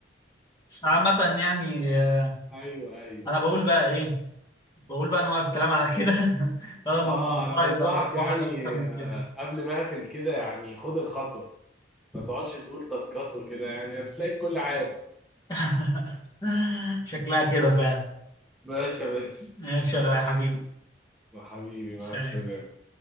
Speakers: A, on the left (about 25°); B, in the centre.
A: بس عامة يعني آه،
B: ايوه ايوه
A: انا بقول بقى ايه بقول بقى نوقف كلام على كده <laughs> بدل
B: اه
A: ما الموضوع
B: انا بنصحك
A: يبقى محرج
B: يعني
A: اكتر من
B: آه،
A: كده
B: قبل ما اقفل كده يعني خد الخطوه ما تقعدش تقول تاسكات وكده يعني هتلاقي الكل عارف
A: <laughs> شكلها كده فعلا
B: ماشي يا باسم
A: ماشي يا لؤي يا حبيبي
B: حبيبي
A: سلام
B: مع السلامة